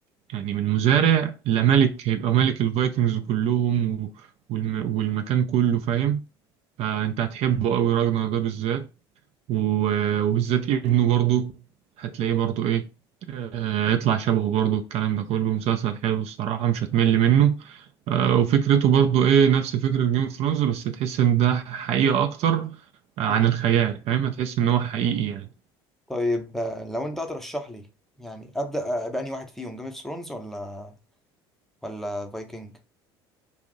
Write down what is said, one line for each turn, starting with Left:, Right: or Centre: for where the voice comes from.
Right: يعني من مزارع لملك هيبقى ملك الفايكنجز كلهم و... والم... والمكان كله فاهم فانت هتحبه قوي راجنر ده بالذات و... وبالذات ابنه برضه هتلاقيه برضه ايه آه، يطلع شبهه برضه الكلام ده كله مسلسل حلو الصراحة مش هتمل منه آه، وفكرته برضه ايه نفس فكرة جيم اوف ثرونز بس تحس ان ده حقيقة اكتر عن
Centre: امم
Right: الخيال فاهم هتحس ان هو حقيقي يعني
Centre: طيب آه، لو انت هترشح لي يعني ابدا آه، باني واحد فيهم جيم اوف ثرونز ولا ولا فايكنج